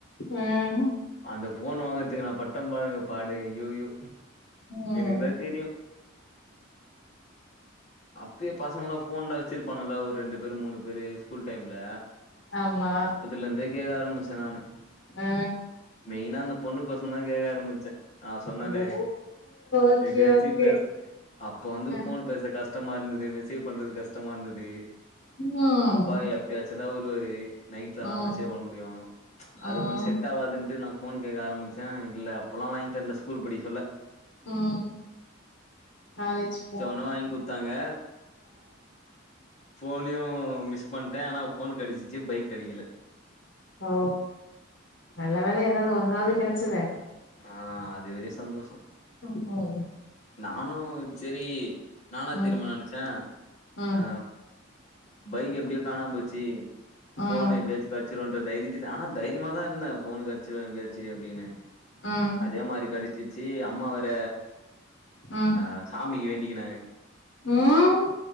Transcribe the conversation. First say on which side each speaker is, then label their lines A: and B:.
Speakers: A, on the left (about 60°); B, on the left (about 35°).
A: ம்
B: அந்த ஃபோன் வாங்கறதுக்கு நா பட்ட பாருங்க பாடு ஐயயோ
A: ம்
B: எனக்குதா தெரியு அப்பயே பசங்கல்லா ஃபோன்லா வெச்சிருப்பாங்கல்ல ஒரு ரெண்டு பேரு மூணு பேரு ஸ்கூல் டைம்ல
A: ஆமா
B: அதுல இருந்தே கேக்க ஆரம்பிச்ச நானு
A: ஆ
B: மெய்னா அந்த பொண்ணுக் கோசோதா கேக்க ஆரம்பிச்சே ஆ சொன்னனே
A: ஓ ஓகே
B: எப்டியாச்சு
A: ஓகே
B: பேஸ் அப்ப வந்து
A: ஆ
B: ஃபோன் பேச கஷ்டமா இருந்தது மெசேவ் பண்றது கஷ்டமா இருந்தது
A: ம்
B: அப்பா எப் எப்பயாச்சு தா வருவாரு நைட்ல
A: ம்
B: தா மெசேஜ் பண்ண முடியு அது
A: ம்
B: கொஞ்சோ செட் ஆவாதுன்டு நா ஃபோன் கேக்க ஆம்பிச்சே இல்ல அப்பல்லா வாங்கி தரல ஸ்கூல் படிக்கேல்ல
A: ம் காலேஜ் போ
B: போணு வாங்கி குடுத்தாங்க ஃபோனையு மிஸ் பண்ணிட்டே ஆனா ஃபோன் கெடிச்சிச்சு பைக் கெடைக்கல
A: ஓ நல்ல வேல எதாது ஒன்னாவது கெடச்சுதே
B: ஆ அதுவரயு சந்தோஷோ
A: ம் ம்
B: நானு சரி நா என்னா
A: ம்
B: தெரியுமா நெனச்சே
A: ம்
B: ஆ பைக் எப்டியோ காணா போச்சு
A: ம்
B: ஃபோன் எப்படியாச்சு கெடச்சுன்ற தைரியத்து ஆனா தைரியமா தா இருந்த ஃபோனு கெடச்சுடு எப்படியாச்சு அப்டின்னு
A: ஆஹ்
B: அதே மாரி கெடச்சிச்சு அம்மா வேற
A: ஆஹ்
B: ஆ சாமிக்கு வேண்டிக்கினு
A: ம்